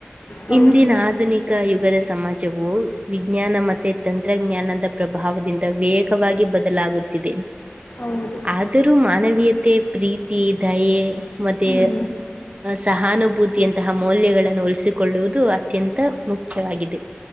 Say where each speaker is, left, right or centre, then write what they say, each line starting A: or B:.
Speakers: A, on the left; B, on the right.
A: ಹೌದು
B: ಇಂದಿನ ಆಧುನಿಕ ಯು ಯಗದ ಸಮಾಜವು ವಿಜ್ಞಾನ ಮ ತಂತ್ರಜ್ಞಾನದ ಪ್ರಭಾವದಿಂದ ವೇಗವಾಗಿ ಬದಲಾಗುತ ತಿದೆ
A: ಹೌದು
B: ಆದರೂ ಮಾನವೀಯತೆ ಮ ಪ್ರೀತಿ ದಯೆ ಮತ್ತೆ
A: ಹ್ಮ್
B: ಸಹಾನುಭೂತಿ ತ್ಯಂತಹ ಮೌಲ್ಯಗಳನ್ನು ಉಲಿಸಿಕೊಳ್ಳುವುದು ಅತ್ಯಂತ ಮುಖ್ಯವಾಗಿದೆ